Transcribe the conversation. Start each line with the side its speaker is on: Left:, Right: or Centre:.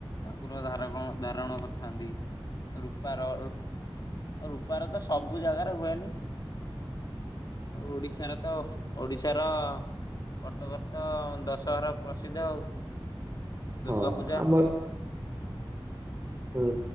Left: ଠାକୁର ଧାରକ ଧାରଣ କରିଥାନ୍ତି ରୂପାର ରୂପାର ତ ସବୁ ଜାଗାରେ ହୁଏନି। ଓଡିଶାର ତ ଓଡିଶାର କଟକରେ ତ ଦଶହରା ପ୍ରସିଦ୍ଧ ଆଉ। ଦୁର୍ଗା
Right: ହଁ
Left: ପୂଜା
Right: ଆମର ହୁଁ